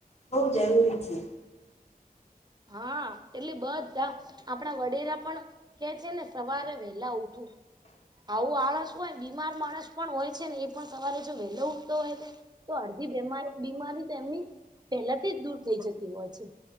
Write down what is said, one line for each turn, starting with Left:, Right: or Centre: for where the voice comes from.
Left: બઉ જરૂરી છે. <inaudible>
Right: હા એટલે બધા આપડા વડિલે પણ કે છે ને સવારે વેલા ઉઠવું આવું આળસ હોય બીમાર માણસ પણ હોય છે ને એ પણ સવારે જો વેહેલો ઉઠતો હોય તો તો અડધી બેમા બીમારી તો એમની પહેલાથી જ દૂર થઈ જતી હોય છે.